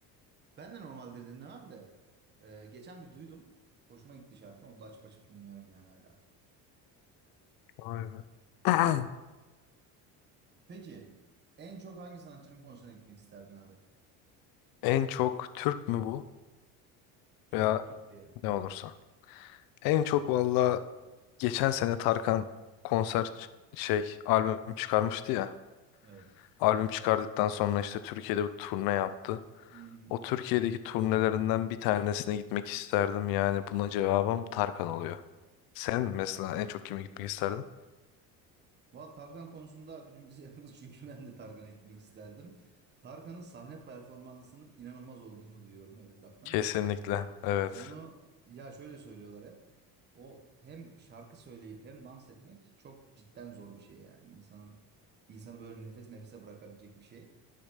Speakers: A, on the right; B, on the left.
A: Ben de normalde dinlemem de e, geçen bir duydum. Hoşuma gitti şarkı. Onu da açıp açıp dinliyorum yani hala.
B: Vay be. <clears throat>
A: Peki en çok hangi sanatçının konserine gitmek isterdin abi?
B: En çok Türk mü bu?
A: Türk,
B: Veya
A: Türk diyelim.
B: ne olursa. En çok valla geçen sene Tarkan konser ç- şey albüm çıkarmıştı ya.
A: Evet.
B: Albüm çıkardıktan sonra işte Türkiye'de bir turne yaptı.
A: Hı hı.
B: O Türkiye'deki turnelerinden bir tanesine gitmek isterdim. Yani buna cevabım Tarkan oluyor. Sen mesela en çok kime gitmek isterdin?
A: Valla Tarkan konusunda birbirimize yakınız çünkü ben de Tarkan'a gitmek isterdim. Tarkan'ın sahne performansının inanılmaz olduğunu duyuyorum hep etraftan.
B: Kesinlikle. Evet.
A: Onu ya şöyle söylüyorlar hep. O hem şarkı söyleyip hem dans etmek çok cidden zor bir şey yani. İnsanın insanı böyle nefes nefese bırakabilecek bir şey.